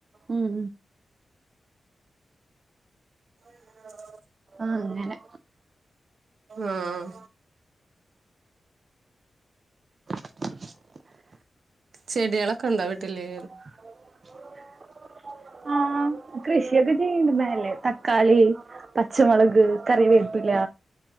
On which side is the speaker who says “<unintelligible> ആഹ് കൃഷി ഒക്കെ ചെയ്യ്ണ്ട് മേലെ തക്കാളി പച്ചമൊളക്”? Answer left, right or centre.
Right